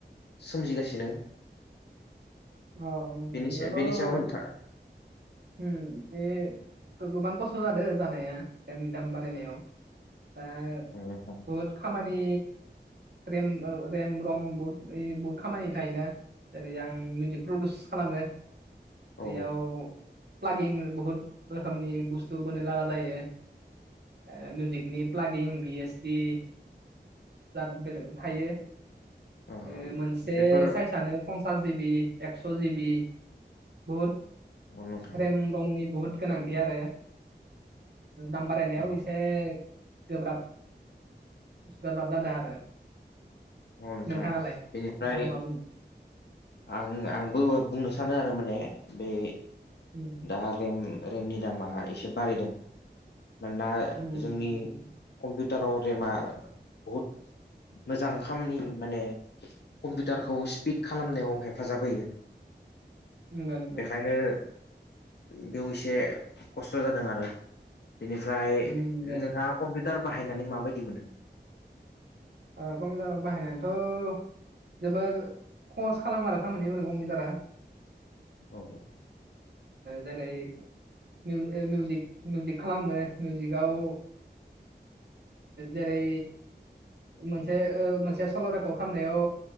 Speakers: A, on the left (about 70°); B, on the right (about 70°).
A: सोमजिगासिनो।
B: अ
A: बेनि
B: इयावथ'
A: बेनि सायाव नोंथां
B: ओम बे गो-गोबां खस्थ' जादों जानाया दामनि दाम बारायनायाव दा
A: औ नोंथां।
B: बहुद खामानि रेम ओ रेम रम बहुत ओय बहुत खामानि थायोना जेरै आं मिउजिक प्रडिउस खालामो
A: औ
B: बेयाव प्लागिं बुहुत रोखोमनि बुस्थु बोनो लागा जायो ओ मिउजिकनि। प्लागिं भि एस टि दा बेलेग थायो।
A: अ
B: ओ मोनसे
A: बेफोर
B: साइसआनो पन्सास जिबि एकस' जिबि बुहुत
A: नोंथां
B: रेम रमनि बुहुद गोनांथि आरो दाम बारायनायाव
A: अ
B: एसे गोब्राब गोब्राब जादों आरो।
A: औ नोंथां
B: नोंथाङालाय नोंथाङा
A: बेनिफ्राय
B: मा बुङो?
A: आं आंबो बुंनो सानो आरो माने बे
B: उम।
A: दा रेम रेमनि दामा एसे बारायदों मानोना
B: उम
A: जोंनि कम्पिउटाराव रेमा बहुद मोजां खामनि माने कम्पिउटारखौ स्पिड खालामनायाव हेफाजाब होयो
B: नंगौ नंगौ
A: बेखायनो बेयाव एसे खस्थ' जादों आरो बेनिफ्राय
B: उम नंगौ नंगौ
A: नोंहा कम्पिउटार बाहायनानै माबायदि मोनो
B: अ गम जाबा बाहायनाथ' जोबोर खस खालाम आरो खामानिफोरखौ कम्पिटारा
A: औ
B: जेरै मिउिक मिउजिक खालामनो मिउजिकआव जेरै मोनसे ओ मोनसे सल'र एप' खालामनायाव